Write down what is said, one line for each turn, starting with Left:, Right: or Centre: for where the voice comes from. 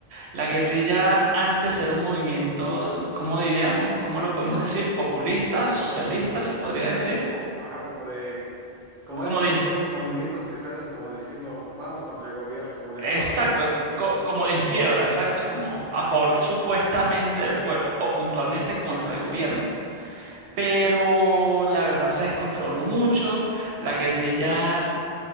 Right: la guerrilla antes era un movimiento, ¿cómo diríamos? ¿Cómo lo podemos decir? Populista, socialista, se podría decir.
Centre: Ah, como, ajá, como de, como
Right: Como
Centre: estos,
Right: de,
Centre: estos movimientos que salen como diciendo, vamos contra el gobierno, como de
Right: exacto,
Centre: choque, ¿no? Algo así,
Right: co- como de izquierda, exacto, como a favor
Centre: que
Right: supuestamente del pueblo o puntualmente contra el gobierno. Pero la verdad se descontroló mucho. La guerrilla